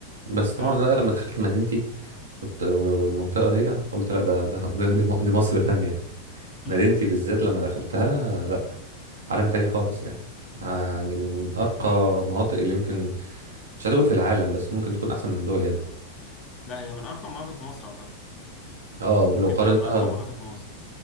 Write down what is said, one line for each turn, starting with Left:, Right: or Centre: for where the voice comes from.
Right: بس
Left: انت
Right: طبعا
Left: فاهم
Right: بقى لما دخلت مدينتي والت- والمنطقة دي قلت لا ده ده ده- دي, م- دي مصر تانية
Left: <laughs>
Right: مدينتي بالذات لما دخلتها لا عالم تاني خالص يعني يعني من أرقى مناطق اللي يمكن مش عايز أقول في العالم بس ممكن تكون أحسن من دول ياما
Left: لا هي من ارقى مناطق في مصر اعتقد
Right: اه ولو
Left: ممكن
Right: قارنتها
Left: تبقى من ارقى مناطق في مصر